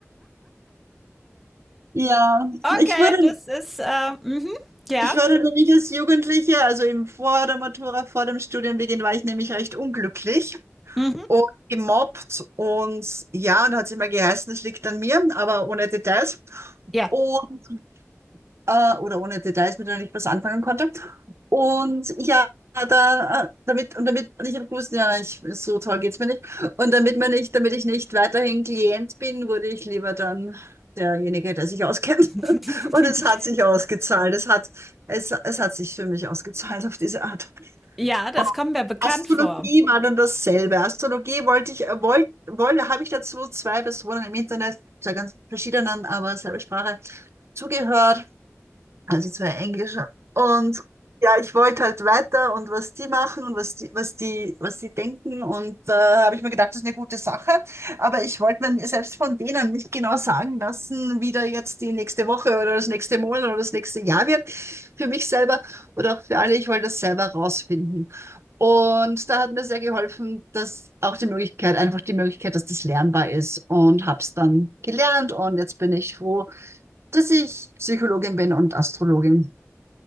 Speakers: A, on the right; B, in the centre.
A: Ja,
B: Okay,
A: ich wurde,
B: das ist, äh, mhm, ja,
A: Ich war nämlich als Jugendliche, also eben vor der Matura, vor dem Studienbeginn, war ich nämlich recht unglücklich
B: mhm,
A: und gemobbt und ja, und hat es immer geheißen, es liegt an mir, aber ohne Details
B: ja.
A: und, äh, oder ohne Details, mit denen ich was anfangen konnte. Und ja, da, damit, und damit, und ich habe gewusst, ja, ich, so toll geht's mir nicht. Und damit mir nicht, damit ich nicht weiterhin Klient bin, wurde ich lieber dann derjenige, der sich auskennt. <laughs>
B: <laughs>
A: Und es hat sich ausgezahlt. Es hat, es, es hat sich für mich ausgezahlt auf diese Art.
B: Ja, das
A: Und
B: kommt mir bekannt
A: Astrologie
B: vor.
A: war dann dasselbe. Astrologie wollte ich, äh, wollte, wollte, habe ich dazu zwei Personen im Internet, zwei ganz verschiedenen, aber selbe Sprache, zugehört. Also zwei Englische. Und ja, ich wollte halt weiter und was die machen und was die, was die, was die denken. Und da äh, habe ich mir gedacht, das ist eine gute Sache. Aber ich wollte mir selbst von denen nicht genau sagen lassen, wie da jetzt die nächste Woche oder das nächste Monat oder das nächste Jahr wird. Für mich selber oder auch für alle. Ich wollte das selber rausfinden. Und da hat mir sehr geholfen, dass auch die Möglichkeit, einfach die Möglichkeit, dass das lernbar ist und habe es dann gelernt und jetzt bin ich froh, dass ich Psychologin bin und Astrologin.